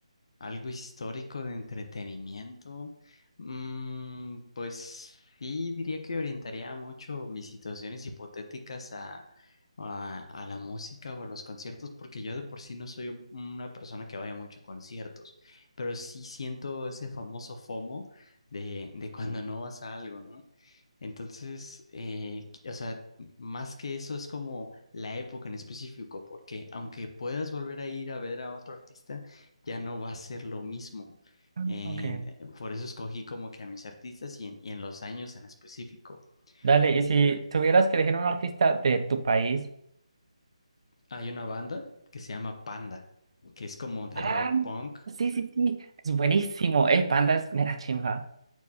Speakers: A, on the left; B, on the right.
A: Algo histórico de entretenimiento. Mm, pues sí, diría que orientaría mucho mis situaciones hipotéticas a, a, a la música o a los conciertos, porque yo de por sí no soy un- una persona que vaya mucho a conciertos, pero sí siento ese famoso FOMO de, de cuando no vas a algo, ¿no? Entonces, eh, o sea, más que eso es como la época en específico, porque aunque puedas volver a ir a ver a otro artista, ya no va a ser lo mismo.
B: Ah,
A: En-
B: Ok. ok.
A: eh, por eso escogí como que a mis artistas y en, y en los años en específico.
B: Dale, y
A: Mm,
B: si tuvieras que elegir un artista de tu país.
A: Hay una banda que se llama Panda, que es como de
B: Ah,
A: rock punk.
B: sí, sí, sí. Es buenísimo. El Panda es mera chimba.